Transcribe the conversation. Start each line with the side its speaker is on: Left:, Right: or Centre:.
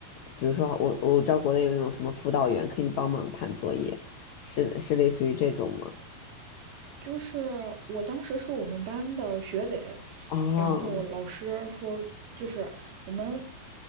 Left: 比如说我我知道国内有那种什么辅导员可以帮忙判作业，是是类似于这种吗？
Right: 就是我当时是我们班的学委，
Left: 哦，
Right: 然后老师说，就是我们